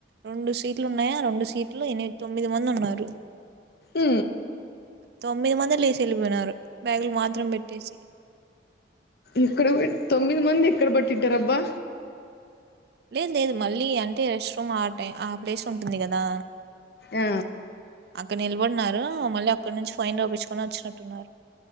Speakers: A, on the right; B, on the left.
A: రెండు సీట్లు ఉన్నాయా, ఆ రెండు సీట్లు ఎనిమిది తొమ్మిది మంది ఉన్నారు.
B: ఆ
A: తొమ్మిది మందిలుసి వెళ్ళిపోయినారు బ్యాగులు మాత్రం పెట్టేసి
B: ఇక్కడ తొమ్మిది మంది ఎక్కడ పట్టింటారబ్బా
A: లేదు లేదు మళ్ళీ అంటే రెస్ట్ రూమ్ ఆ ప్లేస్ ఉంటుంది కదా
B: ఆ
A: అక్కడ నిలబడినారు మళ్ళీ అక్కడి నుంచి ఫైన్ రాపిచ్చుకొని వచ్చినట్టున్నారు